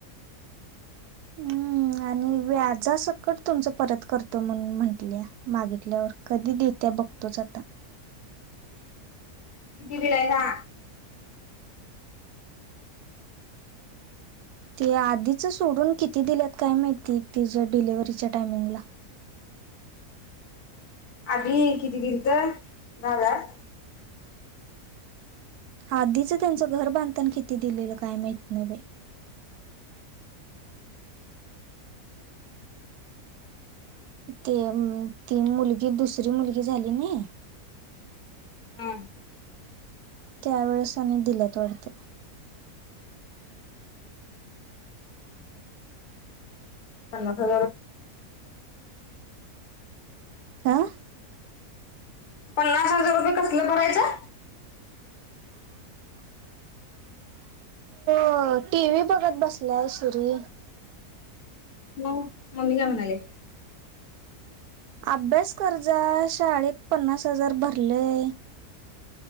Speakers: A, on the right; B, on the left.
A: हम्म आणि व्याज संकट तुमचं परत करतो, म्हणून म्हंटले मागितल्यावर. कधी देत्या बघतोच आता.
B: किती दिलायसा.
A: ते आधीच सोडून किती दिल्यात, काय माहिती तिच्या डिलेव्हरीच्या टायमिंगला.
B: आधी किती दिलंत, दहा हजार.
A: आधीच त्यांचं घर बांधताना किती दिलेलं, काय माहित नाही बाई. ते तीन मुलगी दुसरी मुलगी झाली नी.
B: हम्म.
A: त्यावेेळेस आणि दिल्यात वाटत.
B: <unintelligible>
A: आं..
B: पन्नास हजार रुपये कसलं भरायचं.
A: अ टी व्ही बघत बसलाय सुरी.
B: मग मम्मी काय म्हणाल्या.
A: अभ्यास कर जा, शाळेत पन्नास हजार भरलय.